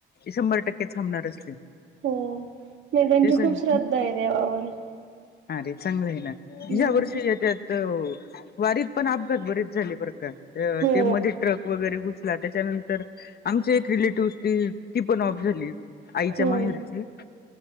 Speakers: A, on the left; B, on the right.
A: शंभर टक्के थांबणारच ते.
B: हो, नाई त्यांची
A: तेच आहे
B: खूप
A: ना
B: श्रद्धा ए देवावर
A: अरे चांगलं ए ना, ह्या
B: हम्म
A: वर्षी त्याच्यात, वारीतपण अपघात बरेच झाले बर का? अं
B: हो
A: ते मध्ये ट्रक वगैरे घुसला. त्याच्यानंतर, आमची एक रिलेटिव्ह हुती, ती पण ऑफ झाली. आईच्या
B: हो
A: माहेरची,